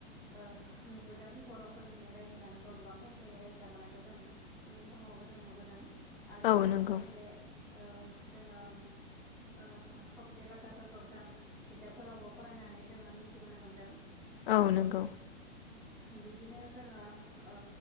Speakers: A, in the centre; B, on the left.
A: ओ नुबोदों बर'फोरनि रायजो जानायखौ गोबां खस्थ'यै रायजो जाबोनायखौ जों उन्दै समावबो जों नुबोदों आरो
B: औ
A: जोङो
B: नंगौ
A: खायसे ओ जोङो ओ खावसे बाथ्राफोरखौ जों बिजाबफोरावबो फरायनानै जोङो मिथिबोनो मोनदों
B: औ
A: ओ
B: नंगौ
A: बिदिनो जोङो ओ